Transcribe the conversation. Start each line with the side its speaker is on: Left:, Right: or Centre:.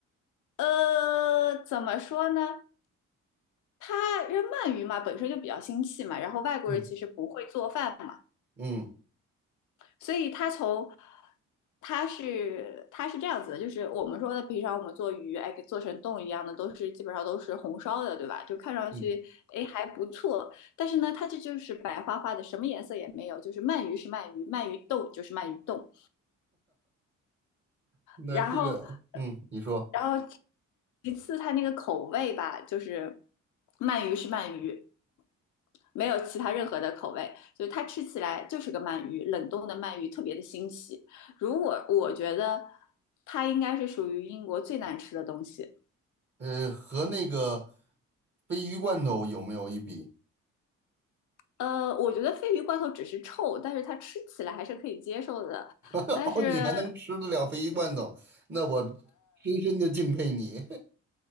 Left: 呃，怎么说呢？他因为鳗鱼嘛，本身就比较腥气嘛，然后外国人其实不会做饭嘛，
Right: 嗯嗯
Left: 所以他从他是他是这样子的，就是我们说的平常我们做鱼，哎，给做成冻一样的，都是基本上都是红烧的，对吧？就看上去哎还不错，
Right: 嗯，
Left: 但是呢，它这就是白花花的，什么颜色也没有，就是鳗鱼是鳗鱼，鳗鱼冻就是鳗鱼冻，
Right: 那这个，
Left: 然后，
Right: 嗯，你说，
Left: 然后其次它那个口味吧，就是鳗鱼是鳗鱼，没有其他任何的口味，就是它吃起来就是个鳗鱼，冷冻的鳗鱼特别的新奇。如果我觉得它应该是属于英国最难吃的东西。
Right: 呃，和那个鲱鱼罐头有没有一比？
Left: 呃，我觉得鲱鱼罐头只是臭，但是它吃起来还是可以接受的。
Right: <laughs>
Left: 但是，
Right: 哦，你还能吃得了鲱鱼罐头，那我深深的敬佩你。